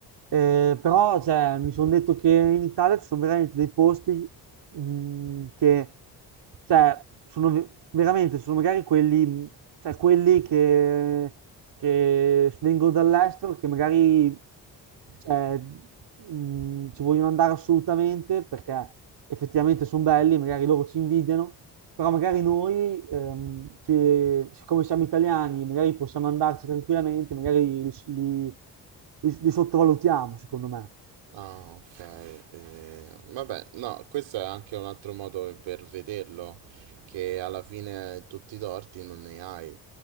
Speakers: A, on the right; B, on the right.
A: eh, però cioè, mi sono detto che in Italia ci sono veramente dei posti mh, che cioè, sono ve- veramente sono magari quelli, mh, cioè, quelli che, che vengono dall'estero che magari cioè, mh, ci vogliono andare assolutamente perché effettivamente sono belli, magari loro ci invidiano, però magari noi, ehm, che siccome siamo italiani, magari possiamo andarci tranquillamente, magari li, li- li- li sottovalutiamo, secondo me.
B: Ah, ok. eh, vabbè, no, questo è anche un altro modo per vederlo, che alla fine tutti i torti non ne hai.